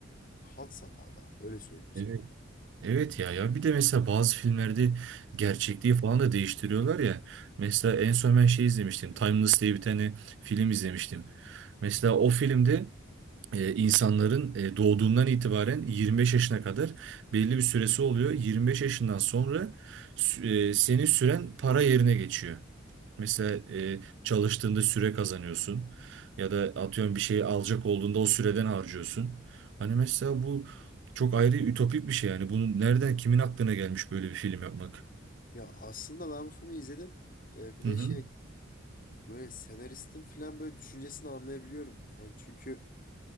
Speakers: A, on the left (about 45°); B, on the right (about 60°).
A: had safhada öyle söyleyeyim sana.
B: Evet. Evet ya ya bir de mesela bazı filmlerde gerçekliği falan da değiştiriyorlar ya. Mesela en son ben şey izlemiştim. Timeless diye bir tane film izlemiştim. Mesela o filmde e, insanların e, doğduğundan itibaren 25 yaşına kadar belli bir süresi oluyor. 25 yaşından sonra sü- e, senin süren para yerine geçiyor. Mesela e, çalıştığında süre kazanıyorsun ya da atıyorum bir şey alacak olduğunda o süreden harcıyorsun. Hani mesela bu çok ayrı ütopik bir şey yani. Bunu nereden kimin aklına gelmiş böyle bir film yapmak?
A: Ya aslında ben bu filmi izledim. Ee, bir de
B: Hı hı.
A: şey böyle senaristin falan böyle düşüncesini anlayabiliyorum. Yani çünkü